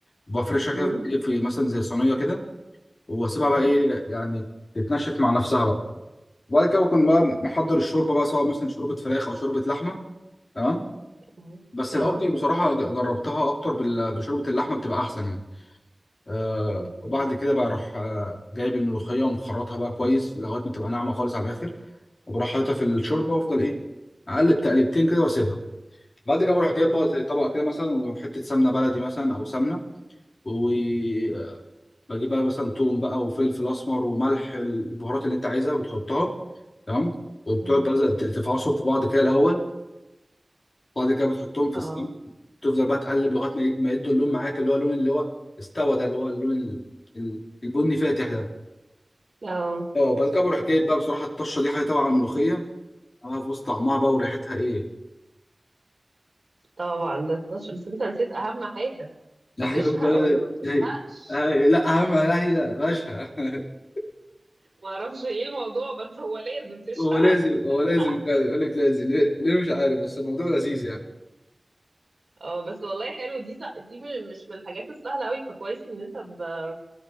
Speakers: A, on the left (about 85°); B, on the right (about 80°).
A: وبفرشها كده
B: امم
A: في الدقيق في مثلا زي صينيه كده واسيبها
B: امم
A: بقى ايه يعني تتنشف مع نفسها بقى وبعد كده بكون بقى محضر الشوربه بقى سواء مثلا شوربه فراخ او شوربه لحمه تمام
B: مم.
A: بس
B: اه
A: الافضل بصراحه ج- جربتها اكتر بال- بشوربه اللحمه بتبقى احسن يعني آه
B: مم.
A: وبعد كده بقى اروح آه جايب الملوخيه ومخرطها بقى كويس لغايه ما تبقى ناعمه خالص على الاخر وبروح حاططها في الشوربه
B: مم.
A: وافضل ايه اقلب تقلبتين كده واسيبها بعد كده بروح جايب
B: مم.
A: بقى زي طبق كده مثلا وحته سمنه بلدي مثلا او سمنه وبجيب بقى مثلا توم بقى وفلفل اسمر وملح البهارات اللي انت عايزها بتحطها تمام وبتقعد
B: مم.
A: بقى زي- ت- تفعصهم في بعض كده الاول بعد كده بتحطهم في
B: اه
A: السمنه تفضل بقى تقلب لغايه ما ي- ما يدوا اللون معاك اللي هو اللون اللي هو استوى ده اللي هو اللون ال- ال- البني فاتح ده
B: اه
A: اه بعد كده بروح جايب بقى بصراحه الطشه دي حاجه تبع الملوخيه بقى في وسط طعمها بقى وريحتها ايه
B: طبعا ده بتش- بس انت نسيت اهم حاجه
A: <laughs> لا
B: بتشهق
A: هي
B: ولا ما بتشهقش
A: هي- آه، لا اهم لا هي لا باشا <laughs>
B: ما اعرفش ايه الموضوع بس هو لازم تشفق
A: هو لازم
B: على <laughs>
A: هو لازم
B: لا
A: فعلا يقول لك لازم ليه ليه مش عارف بس الموضوع لذيذ يعني
B: اه بس والله حلو دي دي من- مش من الحاجات السهله قوي فكويس ان انت ب-